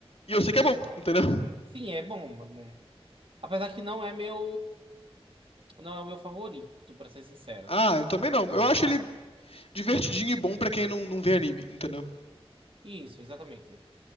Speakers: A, on the left; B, on the right.
A: E eu sei que é bom, entendeu? <laughs>
B: Sim, é bom, é bom. Apesar que não é meu, não é o meu favorito, pra ser sincero.
A: Ah, eu também não.
B: Ani-
A: Eu acho ele divertidinho e bom pra quem não, não vê anime, entendeu?
B: Isso, exatamente.